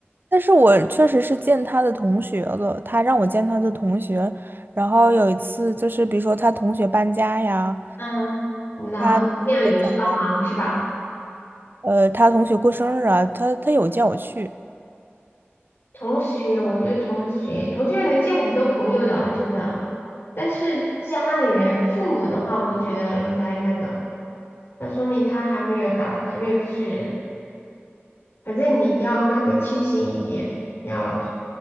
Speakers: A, on the right; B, on the left.
A: 但是我确实是见她的同学了，她让我见她的同学。然后有一次就是，比如说她同学搬家呀，
B: 嗯，然后你这样有去帮忙是吧？
A: 她同学呃她同学过生日啊，她她有叫我去。
B: 同学，我觉得同学，同学能见很多朋友的啊，真的。但是家里人、父母的话，我就觉得应该那个，那说明他还没有打，还没有就是，反正你要那个清醒一点，要